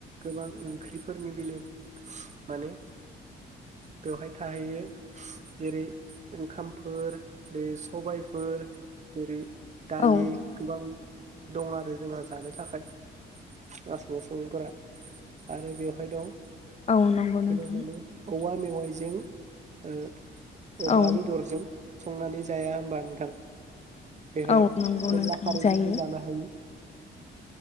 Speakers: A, on the right (about 35°); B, on the left (about 35°).
A: गोबां ओंख्रिफोरनि बेलेयाव माने बेवहाय थाहोयो जेरै ओंखामफोर दे सबायफोर जेरै दालि
B: औ
A: गोबां दं आरो जोंहा जानो थाखाय रासमसंफोरा आरो बेवहाय दं
B: औ नंगौ
A: गोबां
B: नोंथां
A: माने औवा मेवाइजों ओ अमा
B: औ
A: बेदर जों संनानै जाया होमबा नोंथां बेहाय
B: औ नंगौ
A: अनला
B: नोंथां
A: खारैजोंबो
B: जायो
A: जानो हायो।